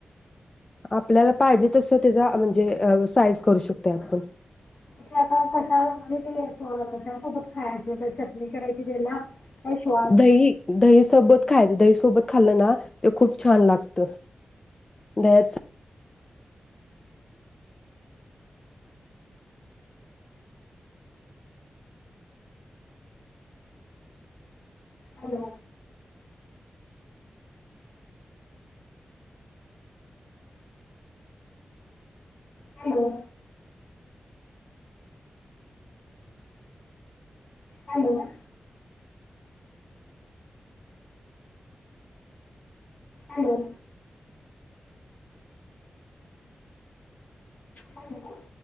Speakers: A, on the left; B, on the left.
A: आपल्याला पाहिजे तसं त्येचा म्हंजे साईज करू शकतो आपन.
B: <unintelligible> थोडं कशासोबत खायाच ते चटणी करायची, त्याला काय श्वास
A: दही, दही त खायचं दही सोबत खाल्लं ना. ते खूप छान लागत, दह्याच
B: hello hello! Hello hello hello